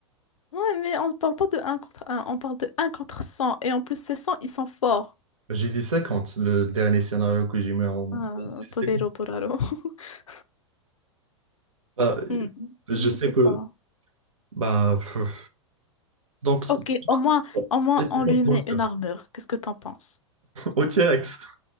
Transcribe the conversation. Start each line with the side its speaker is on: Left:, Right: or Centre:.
Left: Ouais, mais on parle pas de un contre un, on parle de un contre cent. Et en plus, ces 100, ils sont forts.
Right: J'ai dit 50, le dernier scénario que j'ai mis en...
Left: Ah, Podero
Right: C'est
Left: Poraro. <laughs>
Right: Bah,
Left: Hmm,
Right: je
Left: Je
Right: sais
Left: sais
Right: que...
Left: pas.
Right: Bah, pff. donc,
Left: Ok, au moins,
Right: pour
Left: au moins,
Right: les 50,
Left: on lui met
Right: on le
Left: une
Right: fait.
Left: armure. Qu'est-ce que t'en penses?
Right: au T-Rex,